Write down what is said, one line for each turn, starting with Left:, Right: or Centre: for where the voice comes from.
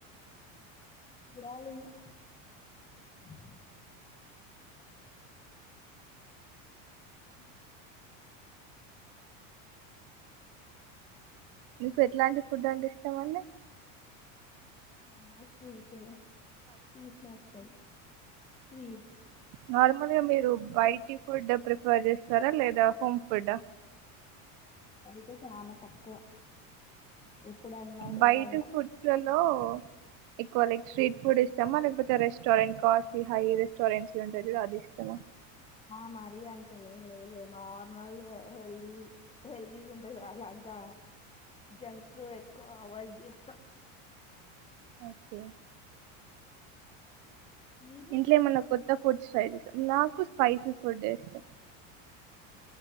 Left: విడాలింగ <inaudible> అ
Right: మీకు ఎట్లాంటి ఫుడ్ అంటే ఈ ఏమండీ
Left: ఆమ స్వీట్ స్వీట్ నాచుదది వి
Right: నార్మల్గా మీరు బయటి ఫుడ్ ప్రిఫర్ చేస్తారా లేదా హోమ్ ఫుడ్
Left: అతే చాలా తక్కువ ఎప్పుడన్నా
Right: బయట
Left: ఏదన్నా
Right: గూడ్స్ లలో ఎక్కువ లైక్ స్ట్రీట్ ఫుడ్ ఇష్టమా లేకపోతే రెస్టారెంట్ కాస్ట్లీ హై రెస్టారెంట్స్ ఉంటాది అది ఇష్టమా
Left: ఆ మరి అంతే ఏం లేదు నార్మల్ హెల్దీ హెల్దీగా ఉంటే చ చల్ అంతా జంక్ ఎక్కువ అవాయిడ్ చేస్తా
Right: ఒకే
Left: మీరు
Right: ఇంట్లేమన్నా కొత్త ఫుడ్ స్ ఫ్రైస్తా నాకు స్పైసీ ఫుడ్ ఇష్టం